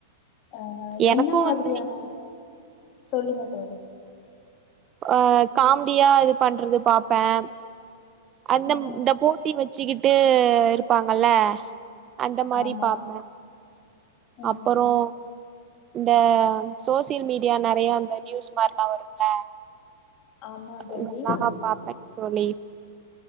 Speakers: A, on the left; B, on the right.
A: அஹ்
B: எனக்கு
A: என்ன மாதிரியான
B: வந்து
A: சொல்லுங்க தோழி
B: ஆஹ் காமெடியா இது பண்றது பாப்பேன் அந்த
A: ம்ஹ்ம்.
B: இந்த போட்டி வச்ச வச்சுிக்கிட்டு இருப்பாங்கல அந்த மாதிரி
A: ஆமா.
B: பாப்பேன்
A: ம்ஹ்ம்.
B: அப்புறம் இந்த சோசியல் மீடியா நிறைய இந்த நியூஸ் மாதிரிலாம் வரும்ல
A: ஆமா தோழி.
B: எல்லாம் பாப்ப தோழி